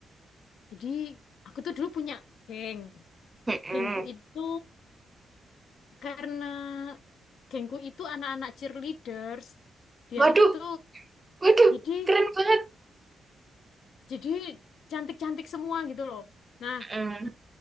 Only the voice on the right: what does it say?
Mm-mm.
Waduh,
waduh,
keren banget.
Mm.